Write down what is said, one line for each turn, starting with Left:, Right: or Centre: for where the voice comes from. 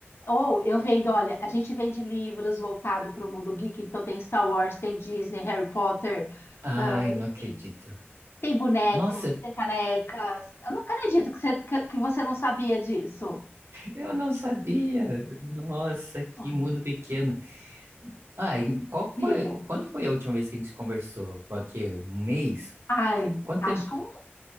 Left: Ou eu vendo, olha, a gente vende livros voltado para o mundo geek, então tem Star Wars, tem Disney, Harry Potter,
Right: Ai,
Left: ah,
Right: não
Left: enfim.
Right: acredito.
Left: Tem bonecos,
Right: Nossa,
Left: tem canecas. Eu não acredito que você, que, que você não sabia disso.
Right: eu não sabia. Nossa, que
Left: Olha,
Right: mundo pequeno. Ah, e qual que
Left: diga.
Right: foi? Quando foi a última vez que a gente conversou? Foi aqui, um mês?
Left: Ai,
Right: Quanto
Left: acho
Right: tempo?
Left: que é um